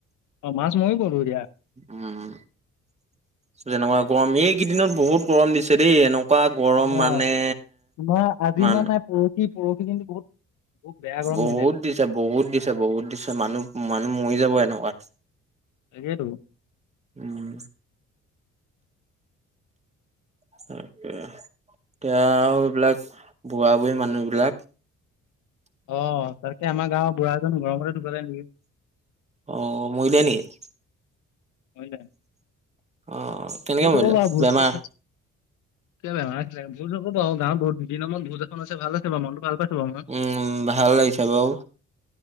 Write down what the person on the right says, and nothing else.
উম, যেনেকুৱা গৰম এইকেইদিনত বহুত গৰম দিছে দেই, এনে কুৱা গৰম
মানে
মানু
বহুত
দিছে বহুত দিছে বহুত দিছে মানুহ মানুহ মৰি যাব এনেকুৱাত।
উম। তাকে, এতিয়া আৰু এইবিলাক বুঢ়া-বুঢ়ী মানুহবিলাক
অ' মৰিলে নেকি?
অ'। কেনেকে
মৰিলে বেমাৰ
উম, ভাল লাগিছে বাৰু।